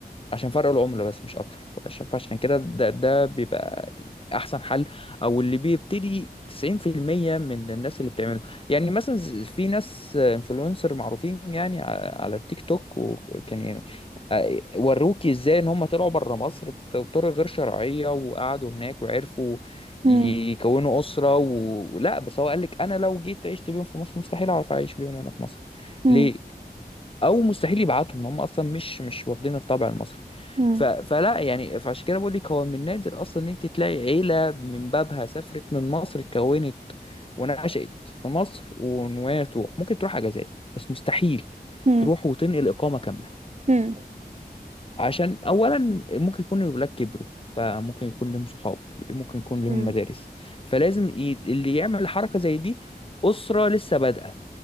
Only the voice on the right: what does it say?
مم،
مم،
مم،
مم،
مم،
مم.